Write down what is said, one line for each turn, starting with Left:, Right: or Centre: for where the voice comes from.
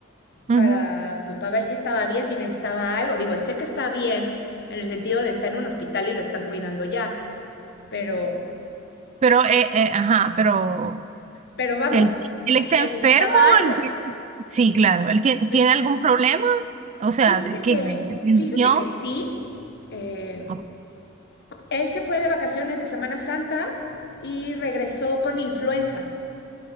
Right: Ujú.
Left: para, pues, para ver si estaba bien, si necesitaba algo. Digo, sé que está bien en el sentido de está en un hospital y lo están cuidando ya, pero,
Right: Pero, eh, eh, ajá, pero.
Left: pero vamos,
Right: ¿Él, él
Left: si
Right: está
Left: necesitaba
Right: enfermo?
Left: algo.
Right: ¿Él tiene- Sí, claro. ¿Él tie-
Left: Pues,
Right: tiene algún problema? O sea,
Left: fíjate
Right: ¿de qué?
Left: que,
Right: ¿De, de tensión?
Left: fíjate que sí. eh,
Right: Ok.
Left: él se fue de vacaciones de Semana Santa y regresó con influenza.